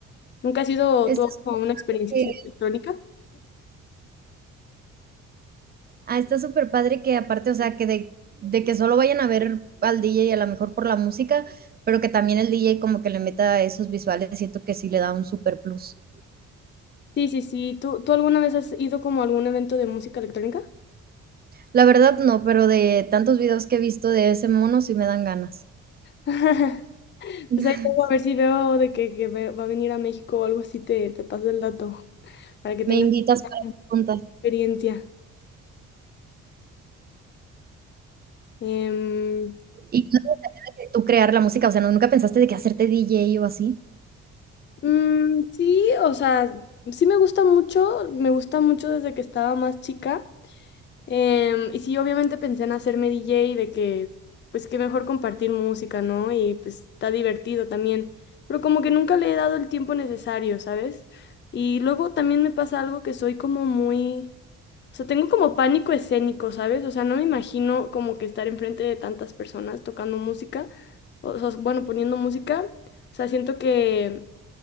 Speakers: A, on the left; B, on the right.
A: ¿Nunca ha sido
B: Está
A: tú
B: súper
A: como una experiencia
B: que-
A: así electrónica?
B: ah, está super padre que aparte, o sea, que de, de, que solo vayan a ver al DJ a lo mejor por la música, pero que también el DJ como que le meta esos visuales, siento que sí le da un super plus.
A: Sí, sí, sí. ¿Tú, tú alguna vez has ido como a algún evento de música electrónica?
B: La verdad no, pero de tantos videos que he visto de ese mono sí me dan ganas.
A: <laughs>
B: <laughs>
A: Pues ahí luego a ver si veo de que, que ve- va a venir a México o algo así, te, te paso el dato para que tengas
B: Me invitas para
A: una
B: preguntas.
A: experiencia. Em,
B: Y tú crear la música? O sea, ¿no, ¿nunca pensaste de que hacerte DJ o así?
A: mm, sí, o sea, sí me gusta mucho, me gusta mucho desde que estaba más chica. Em, y sí, obviamente pensé en hacerme DJ de que, pues qué mejor compartir música, ¿no? Y pues está divertido también, pero como que nunca le he dado el tiempo necesario, ¿sabes? Y luego también me pasa algo que soy como muy, o sea, tengo como pánico escénico, ¿sabes? O sea, no me imagino como que estar enfrente de tantas personas tocando música, o sea, bueno, poniendo música, o sea, siento que